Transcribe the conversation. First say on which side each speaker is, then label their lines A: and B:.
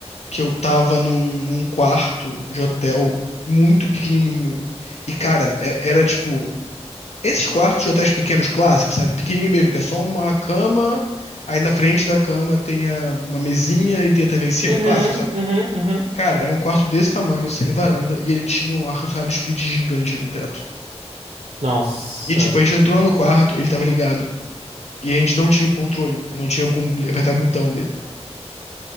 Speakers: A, on the left; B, on the right.
A: que eu tava num, num quarto de hotel muito pequenininho. E, cara, é- era tipo. Esses quartos de hotéis pequenos clássicos, sabe? Pequenininho mesmo, que é só uma cama, aí na frente da cama tem a- uma mesinha e tem a TV em cima,
B: Uhum,
A: clássico, sabe?
B: uhum, uhum.
A: Cara, era um quarto desse tamanho, sem varanda, e ele tinha um ar-condicionado split gigante no teto.
B: Nossa,
A: E tipo, a gente entrou no quarto, ele tava ligado, e a gente não tinha o controle, não tinha como apertar o botão dele.